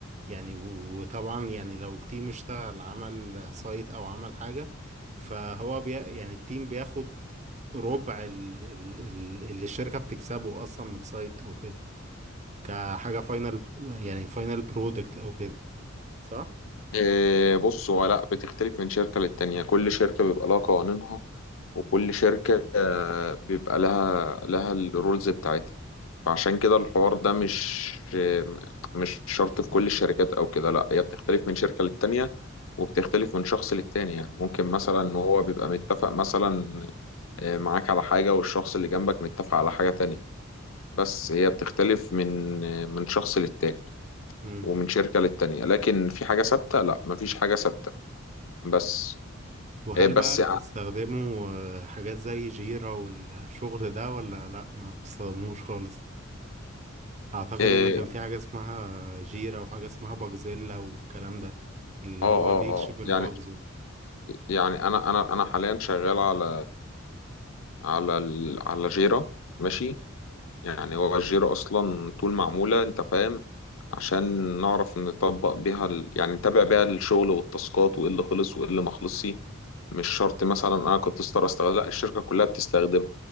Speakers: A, on the right; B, on the left.
A: يعني و- وطبعا يعني لو التيم اشتغل عمل سايت أو عمل حاجة فهو بي... يعني التيم بياخد ربع ال ال ال اللي الشركة بتكسبه أصلا من السايت أو كده كحاجة فاينل يعني فاينل برودكت أو كده صح؟
B: إيه، بص هو لا بتختلف من شركة للتانية كل شركة بيبقى لها قوانينها وكل شركة آه، بيبقى لها لها الرولز بتاعتها فعشان كده الحوار ده مش آه، مش شرط في كل الشركات أو كده لا هي بتختلف من شركة للتانية وبتختلف من شخص للتاني يعني ممكن مثلا إن هو بيبقى متفق مثلا آه، معاك على حاجة والشخص اللي جنبك متفق على حاجة تانية بس هي بتختلف من آه، من شخص للتاني
A: مم.
B: ومن شركة للتانية لكن في حاجة ثابتة لا مفيش حاجة ثابتة بس
A: وهل
B: إيه بس
A: بقى بتستخدموا
B: ع-
A: آه، حاجات زي جيرا والشغل ده ولا لأ ما بتستخدموش خالص؟ أعتقد
B: إيه
A: إن كان في حاجة اسمها جيرا وحاجة اسمها باجزيلا والكلام ده اللي
B: اه
A: هو
B: اه
A: بيكشف
B: اه
A: الباجز
B: يعني
A: و...
B: يعني انا انا انا حاليا شغال على على ال- على جيرة ماشي يعني هو الجيرة اصلا طول معمولة انت فاهم عشان نعرف نطبق بيها ال... يعني نتابع بيها الشغل والتاسكات وايه اللي خلص وايه اللي ما خلصش مش شرط مثلا انا كنت استر استخدم لا الشركة كلها بتستخدمها